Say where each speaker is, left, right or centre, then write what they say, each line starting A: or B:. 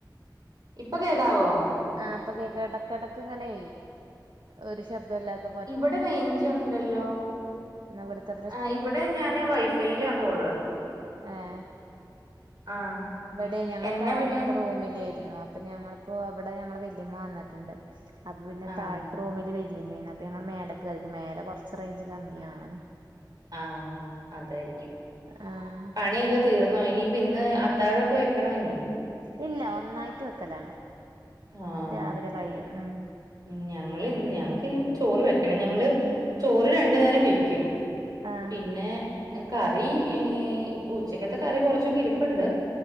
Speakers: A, on the right; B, on the right.
A: ഇപ്പൊ കേക്കാവോ.
B: ആ ഇപ്പൊ കേക്ക എടക്കെടക്ക് ങ്ങനെ ഒരു ശബ്ദല്ലാത്ത
A: ഇവടെ റേഞ്ച് ഉണ്ടല്ലോ.
B: ഇന്ന് ഇവട്ത്തെ
A: ആ് ഇവ്ടെ ഞാന് വൈഫൈയിലാ കോള്.
B: ഏഹ്
A: ആഹ്
B: ഇവിടെ ഞങ്ങൾ
A: എന്നെ
B: താഴ്ത്തെ
A: പിന്നെ
B: റൂമിലേയിരുന്നു അപ്പൊ ഞങ്ങളിപ്പോ അവ്ടെ ഞങ്ങള് വല്യമ്മ വന്നിട്ടുണ്ട്. അത് പിന്നെ
A: ആഹ്
B: താഴ്ത്ത റൂമില് വെല്ലിമ്മീണ് അപ്പൊ ഞങ്ങൾ മേലെക്ക് കേറിക്ക്ണ് മേല കൊർച്ച് റേഞ്ച് കമ്മിയാണ്.
A: ആഹ് അതായിരിക്കും
B: ആഹ്
A: പണിയൊക്കെ തീർന്നോ ഇനി ഇപ്പൊ ഇന്ന് അത്താഴമൊക്കെ വെക്കണോ ഇനി.
B: ഇല്ല ഒന്നായിട്ട് വെക്കലാണ്
A: ആഹ്
B: രാവിലെ കഴിയും ഉം.
A: ഉം ഞങ്ങൾ ഇന്ന് ഞങ്ങക്ക് ഇനിപ്പൊ ചോറ് വെക്കണം ഞങ്ങള് ചോറ് രണ്ടു നേരം വെക്കും.
B: ആഹ്
A: പിന്നെ കറീ ഏഹ് ഇപ്പൊ ഉച്ചക്കത്തെ കറി കുറച്ചൊക്കെ ഇരി പ്പ്ണ്ട്.